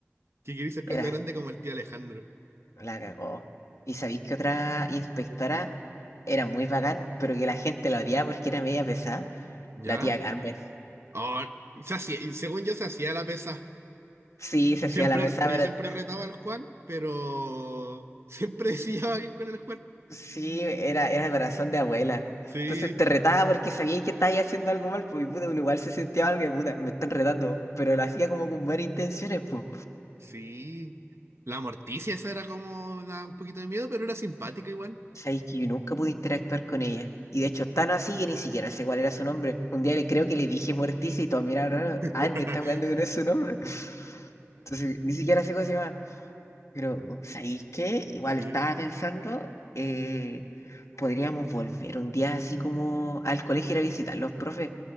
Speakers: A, on the right; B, on the left.
A: que quería ser cuando
B: Era
A: grande como el tío Alejandro.
B: La cagó. ¿Y sabéis que otra inspectora era muy bacán, pero que la gente la odiaba porque era media pesada?
A: ¿Ya?
B: La tía Carmen.
A: Oh, se hacía- y según yo se hacía la pesa.
B: Sí, se
A: Siempre,
B: hacía la pesada,
A: porque
B: pero
A: siempre retaba al Juan, pero siempre <laughs> se llevaba bien con el Juan.
B: sí, era, era corazón de abuela.
A: Sí,
B: Entonces te retaba porque sabía que estabas haciendo algo mal, pues y puta, uno igual se sentía algo que puta, me están retando, pero lo hacía como con buenas intenciones, pues
A: sí. La Morticia esa era como, da un poquito de miedo, pero era simpática igual.
B: Sabéis que yo nunca pude interactuar con ella. Y de hecho, tan así que ni siquiera sé cuál era su nombre. Un día le creo que le dije Morticia y todos miraron raro.
A: <laughs>
B: Ah, él me está jugando que no es su nombre. <laughs> Entonces, ni siquiera sé cómo se llama. Pero, ¿sabéis qué? Igual
A: Sí.
B: estaba pensando, eh, podríamos volver un día así como al colegio ir a visitar los profes.